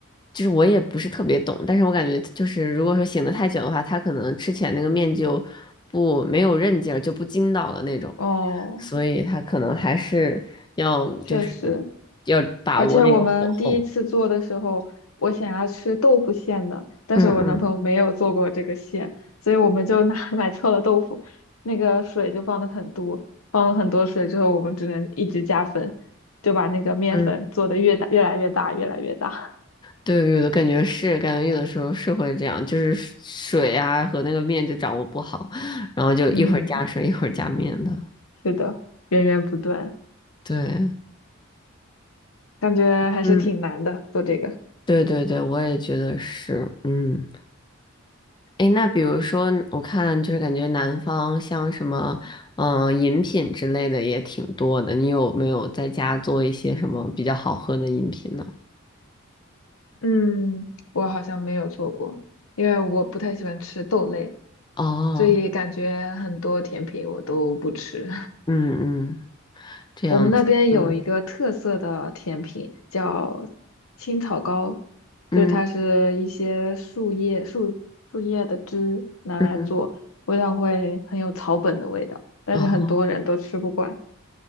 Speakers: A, on the left; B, on the left.
A: 就是我也不是特别懂，但是我感觉就是如果说醒的太久的话，它可能吃起来那个面就不没有韧劲儿，就不筋道了那种，
B: 哦，
A: 所以它可能还是要就是
B: 确实，
A: 要把握那个火候。
B: 而且我们第一次做的时候，我想要吃豆腐馅的，但是我男朋友没有做过这个馅，
A: 嗯嗯
B: 所以我们就拿 <laughs> 买错了豆腐，那个水就放的很多，放了很多水之后，我们只能一直加粉，就把那个面粉做的越大，
A: 嗯。
B: 越来越大，越来越大。
A: 对，有的感觉是，感觉有的时候是会这样，就是水水啊和那个面就掌握不好，然后就一会儿加水，
B: <laughs> 嗯，
A: 一会儿加面的。
B: 是的，源源不断，
A: 对，
B: 感觉还是挺难的，
A: 嗯，
B: 做这个。
A: 对对对，我也觉得是。嗯，诶，那比如说，我看就是感觉南方像什么，嗯、饮品之类的也挺多的。你有没有在家做一些什么比较好喝的饮品呢？
B: 嗯，我好像没有做过，因为我不太喜欢吃豆类，
A: 哦，
B: 所以感觉很多甜品我都不吃。
A: 嗯嗯，这样子，
B: 我们那边有一个特色的甜品叫
A: 嗯
B: 青草糕，
A: 嗯
B: 就是它是一些树叶、树树叶的汁拿来做，
A: 嗯，
B: 味道会很有草本的味道，但是很多人都吃不惯。
A: 哦。